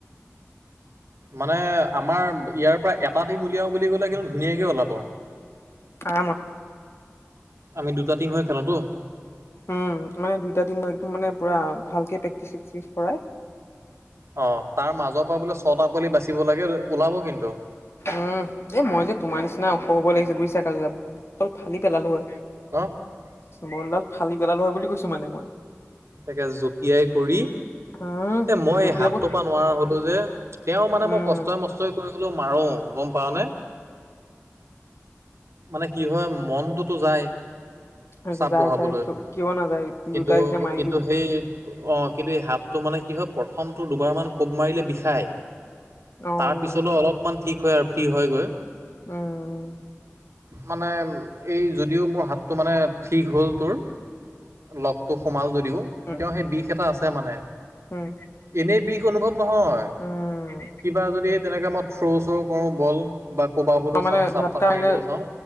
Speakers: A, on the right; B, on the left.
A: মানে আমাৰ ইয়াৰ পৰা এটা টি মূলিয়াওঁ বুলি ক'লে কিন্তু ধুনীয়াকৈ ওলাব
B: অ ম
A: আমি দুটা তিিন হৈ খেলোতো
B: উম মানে দুইটা দিন ম একদম মানে পুৰা ভালকে প্ৰেক্টিচ চটিচ কৰাই
A: অ তাৰ মাজৰ পৰা বোলে ছটা পোৱালি বাচিব লাগে ওলাব কিন্তু
B: উম এ মই যে তোমাৰ নিচিনা ওখ হব লাগিছে বুজিছা কল ফালি পেলালো হয়
A: অ
B: বলডাল ফালি পেলাল হয় বুলি কৈছো মানে মই
A: তাকে জপিয়াই কৰি
B: উম
A: এ মই
B: জঁপিয়াব
A: এই হাতটো পৰা নোৱাৰো। হলো যে তেওঁ মানে
B: উম
A: মই কষ্টই মষ্টই কৰিলেও। মাৰো গ'ম পাওঁ নে। মানে কি হয় মনটোতো যায়।
B: অ'
A: চাপ
B: যায়,
A: বহাবলৈ
B: যায় কি কিয় নাযায়
A: কিন্তু
B: দুতাইযেতিয়া মাৰ
A: কিন্তু সেই অ' কিন্তু এই হাতটো মানে কি হয়। প্ৰথমটো দুবাৰমান কোপ মাৰিলে বিষায়
B: অ
A: তাৰপিছলৈ অলপমান ঠিক হয় আৰু। থিৰ হয় গৈ।
B: উম।
A: মানে এই যদিও মোৰ হাতটো মানে ঠিক হ'ল তোৰ। লগটো সোমাল যদিওঁ।
B: উম,
A: তেওঁ সেই বিষ এটা আছে মানে।
B: উম,
A: এনেই বিষ অনুভৱ নহয়
B: উম,
A: কিবা যদি তেনে ককাকে মই। থ্ৰ' চ' কৰোঁ বল। বা কবাবলৈ
B: তাৰ মানে
A: চাওঁ চাপ
B: ঝাটকা
A: তাপ
B: আহিলে
A: মাৰিবলৈ চাওঁ